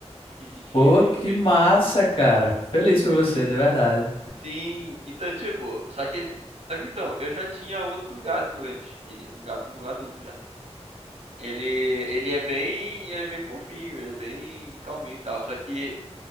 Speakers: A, on the right; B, on the left.
A: pequititinha,
B: Pô,
A: bem,
B: que massa,
A: bem, bem,
B: cara. Feliz
A: bem miudinha.
B: por você, de verdade.
A: Sim, então, tipo, só que, só que então, eu já tinha outro gato antes, ele, um gato adulto já. Ele, ele é bem, ele é bem fofinho, ele é bem calminho e tal, só que